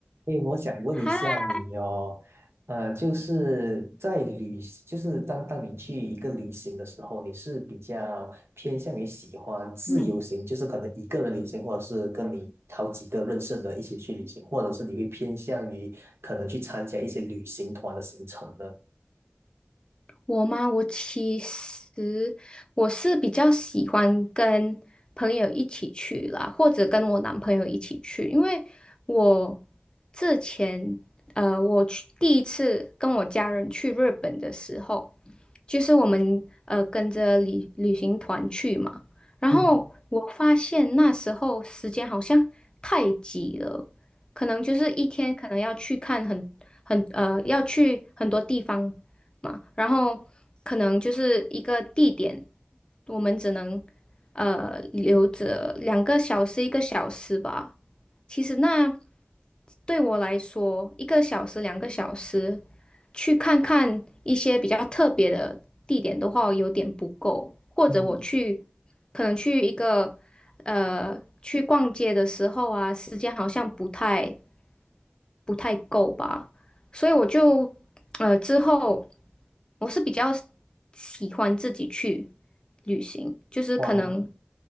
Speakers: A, on the right; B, on the left.
A: 诶，我想问一下你哦，
B: 嗨，
A: 呃，就是在旅，就是当当你去一个旅行的时候，你是比较偏向于喜欢自由行，
B: 嗯嗯，
A: 就是可能一个人旅行，或者是跟你好几个认识的人一起去旅行，或者是你会偏向于可能去参加一些旅行团的行程呢？
B: 我吗？我其实我是比较喜欢跟朋友一起去啦，或者跟我男朋友一起去，因为我之前呃，我去第一次跟我家人去日本的时候，就是我们呃跟着旅旅行团去嘛，然后我发现那时候时间好像太挤了，
A: 嗯
B: 可能就是一天可能要去看很很呃要去很多地方嘛，然后可能就是一个地点，我们只能呃留着两个小时一个小时吧。其实那对我来说，一个小时两个小时去看看一些比较特别的地点的话，有点不够。或者我去
A: 嗯，
B: 可能去一个呃去逛街的时候啊，时间好像不太不太够吧。所以我就呃之后我是比较喜欢自己去旅行，就是可能
A: 哇，